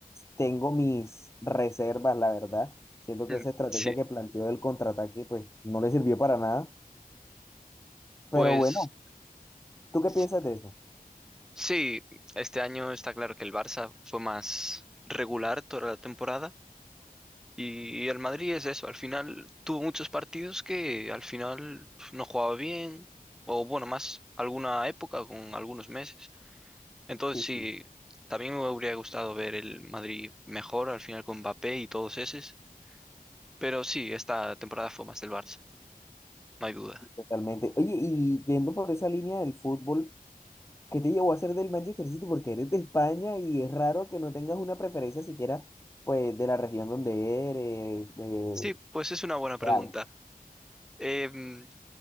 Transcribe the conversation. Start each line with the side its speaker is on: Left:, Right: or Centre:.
Left: tengo mis reservas, la verdad. Siento
Centre: Mm,
Left: que esa estrategia
Centre: Sí,
Left: que planteó del contraataque, pues no le sirvió para nada. Pero
Centre: pues
Left: bueno, ¿tú qué
Centre: s-
Left: piensas de eso?
Centre: sí, este año está claro que el Barça fue más regular toda la temporada. Y el Madrid es eso, al final tuvo muchos partidos que al final pf, no jugaba bien, o bueno, más alguna época con algunos meses. Entonces
Left: Sí, sí,
Centre: sí, también me hubiera gustado ver el Madrid mejor al final con Mbappé y todos esos, pero sí, esta temporada fue más del Barça, no hay duda.
Left: totalmente. Oye, y yendo por esa línea del fútbol, ¿qué te llevó a ser del Manchester City? Porque eres de España y es raro que no tengas una preferencia siquiera, pues, de la región donde eres, de,
Centre: Sí, pues es una buena pregunta.
Left: de algo.
Centre: Em,